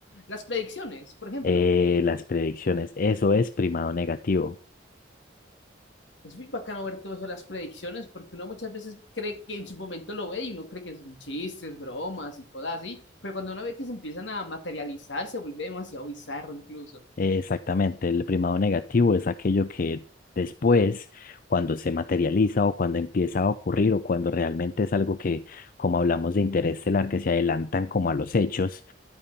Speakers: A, on the left; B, on the left.
A: Las predicciones, por ejemplo.
B: Eh, las predicciones, eso es primado negativo.
A: Es muy bacano ver todo eso, de las predicciones, porque uno muchas veces cree que en su momento lo ve y uno cree que son chistes, bromas y cosas así, pero cuando uno ve que se empiezan a materializar, se vuelve demasiado bizarro incluso.
B: Eh, Exactamente, el primado negativo es aquello que después, cuando se materializa o cuando empieza a ocurrir o cuando realmente es algo que, como hablamos de interés estelar, que se adelantan como a los hechos,